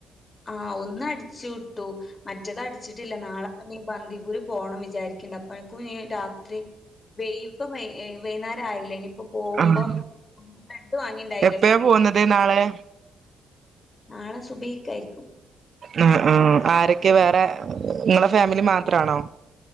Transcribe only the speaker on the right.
ആഹ്
എപ്പഴാ
പോകുന്നത് നാളെ
ഉം ഉം ആരൊക്കെ വേറെ നിങ്ങളെ ഫാമിലി മാത്രണോ